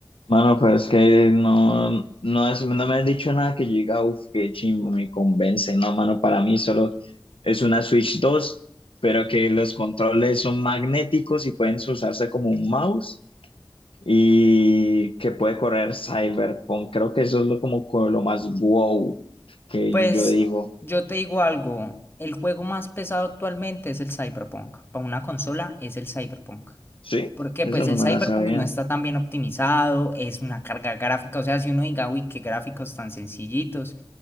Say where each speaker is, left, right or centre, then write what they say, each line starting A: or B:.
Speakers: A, on the left; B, on the left.
A: Mano, pero es que no, no, es- no me has dicho nada que yo diga, uff, qué chimbo, me convence. No, mano, para mí solo es una Switch dos pero que los controles son magnéticos y pueden usarse como un mouse y que puede correr Cyberpunk. Creo que eso es lo, como co- lo más wow que
B: Pues
A: yo, yo digo.
B: yo te digo algo, el juego más pesado actualmente es el Cyberpunk. Para una consola es el Cyberpunk.
A: Sí,
B: Porque
A: eso
B: pues
A: no
B: el
A: me
B: Cyberpunk
A: la sabía.
B: no está tan bien optimizado, es una carga gráfica, o sea, si uno diga, uy, qué gráficos tan sencillitos,